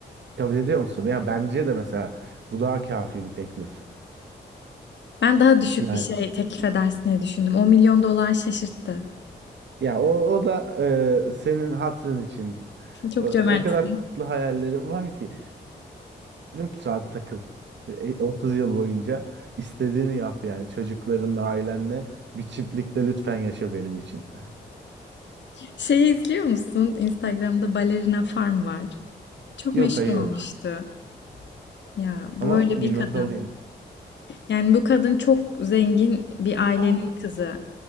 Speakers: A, on the right; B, on the left.
A: Kabul ediyor musun? Ya bence de mesela bu daha kafi bir teklif.
B: Ben daha düşük
A: Yani
B: bir şey teklif edersin diye düşündüm. 10 milyon dolar şaşırttı.
A: ya o, o da eee, senin hatırın için.
B: Çok
A: O, o
B: cömertsin.
A: kadar tatlı hayallerim var ki. Dedim ki rahat takıl. E, 30 yıl boyunca istediğini yap yani çocuklarınla ailenle bir çiftlikte lütfen yaşa benim için.
B: Şeyi izliyor musun? Instagram'da Ballerina Farm var. Çok
A: Yok
B: meşhur
A: hayır
B: olmuştu. Ya bu
A: ama
B: böyle
A: bir
B: bir kadın.
A: not alayım.
B: Yani bu kadın çok zengin bir ailenin
A: Aa
B: kızı.